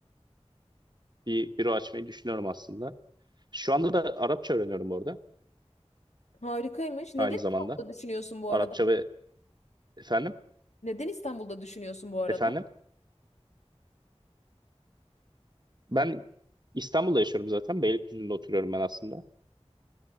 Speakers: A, on the right; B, on the left.
A: bir büro açmayı düşünüyorum aslında. Şu anda da Arapça öğreniyorum orada
B: Harikaymış. Neden
A: aynı
B: İstanbul'da
A: zamanda.
B: düşünüyorsun bu
A: Arapça
B: arada?
A: ve efendim
B: Neden İstanbul'da düşünüyorsun bu arada?
A: efendim ben İstanbul'da yaşıyorum zaten. Beylikdüzü'nde oturuyorum ben aslında.